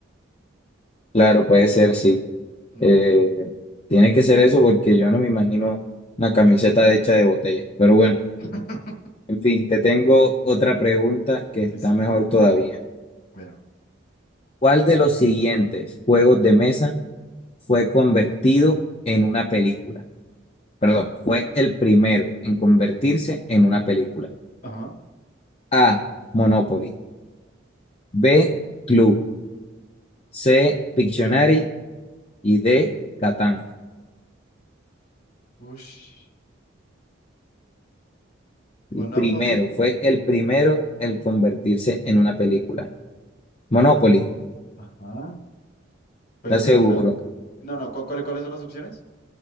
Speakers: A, on the left; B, on the left.
A: claro, puede ser, sí.
B: Hmm,
A: Eh, tiene que ser eso porque yo no me imagino una camiseta hecha de botella. Pero bueno,
B: <laughs>
A: en fin, te tengo otra pregunta que está
B: Listo.
A: mejor todavía.
B: Bueno.
A: ¿Cuál de los siguientes juegos de mesa fue convertido en una película? Perdón, fue el primero en convertirse en una película.
B: Ajá.
A: A. Monopoly. B. Clue. C. Pictionary. Y D. Catán.
B: Ush.
A: El
B: Monopoly.
A: primero, fue el primero el convertirse en una película. Monopoly,
B: Ajá. ¿Cuál
A: ¿estás
B: es
A: seguro?
B: la otra? No, no, ¿cu- ¿cuál, cuáles son las opciones?